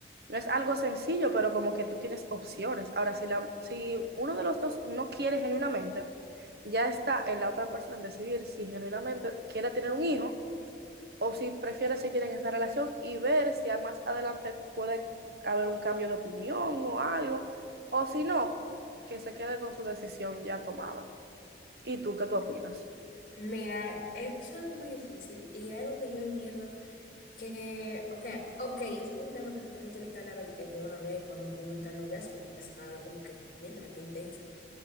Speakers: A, on the right (about 65°); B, on the left (about 50°).
A: No es algo sencillo, pero como que tú tienes opciones. Ahora, si, la, si uno de los dos no quiere genuinamente, ya está en la otra persona en decidir si genuinamente quiere tener un hijo o si prefiere seguir en esa relación y ver si a más adelante puede haber un cambio de opinión o algo, o si no, que se quede con su decisión ya tomada. ¿Y tú qué tú opinas?
B: Mira, es algo muy difícil y es algo que yo entiendo que, ok, ok, es un tema que tú no tienes que hablarlo de que de una vez cuando tú entras al noviazgo, porque se va a ver como que, mierda, qué intensa,